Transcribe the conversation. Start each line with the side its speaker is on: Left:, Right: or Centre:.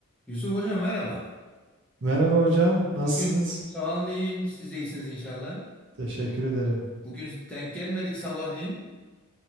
Centre: Yusuf Hocam merhaba.
Right: Merhaba hocam, nasılsınız?
Centre: Bugün sağ olun iyiyim. Siz de iyisiniz inşallah.
Right: Teşekkür ederim.
Centre: Bugün denk gelmedik sabahleyin.